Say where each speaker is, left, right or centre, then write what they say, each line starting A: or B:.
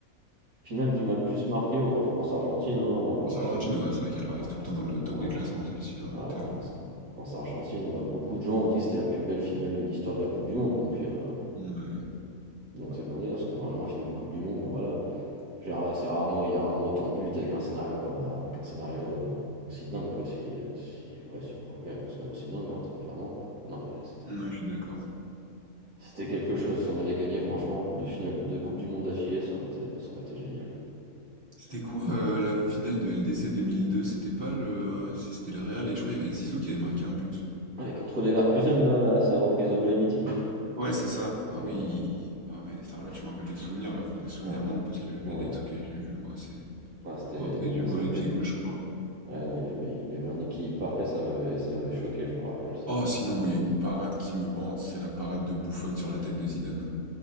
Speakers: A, on the right (about 85°); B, on the right (about 40°).
A: Finale qui m'a le plus marqué, oh, France-Argentine, hein, on va
B: France-Argentine,
A: rester,
B: ouais, c'est vrai qu'elle arrive
A: on va
B: tout le
A: rester
B: temps dans le
A: là-dedans.
B: top des
A: hein.
B: classements, celle-ci, ouais,
A: Ouais,
B: terrible.
A: non, France, France Argentine, bah, beaucoup de gens ont dit que c'était la plus belle finale de l'histoire de la Coupe du Monde, donc euh,
B: Ouais,
A: donc c'est pour dire, parce que normalement la finale de Coupe du Monde, bon voilà, Genre, c'est rarement, il y a rarement autant de buts avec un scénario comme euh, avec un scénario euh, aussi dingue quoi, si, si ouais si bon, oui, avec un scénario aussi dingue hein, très clairement. Non mais c'était
B: ouais, je suis d'accord.
A: c'était quelque chose, si on avait gagné franchement, deux finales de Coupe du Monde d'affilée, ça aurait été ça aurait été génial.
B: C'était quoi euh, la finale de LDC 2002? C'était pas le... C'était le Real et je crois qu'il y avait Zizou qui avait marqué un but.
A: Et contre les Leverkusen là, sa reprise de volée mythique.
B: Ouais, c'est ça. Ah
A: Ouais,
B: oui. Ah mais attends, là tu me rappelles des souvenirs là. Enfin des souvenirs
A: ouais,
B: non parce que mais
A: oui.
B: des trucs que j'ai vus moi c'est
A: Ah, c'était,
B: repris
A: il a
B: du
A: mis un
B: volet
A: sacré
B: pied
A: but.
B: gauche je crois.
A: Ouais, non, il- mais il avait un équilibre parfait, ça m'avait ça m'avait choqué, je me rappelle. C'était.
B: Oh, sinon, moi, il y a une parade qui me hante, c'est la parade de Buffon sur la tête de Zidane.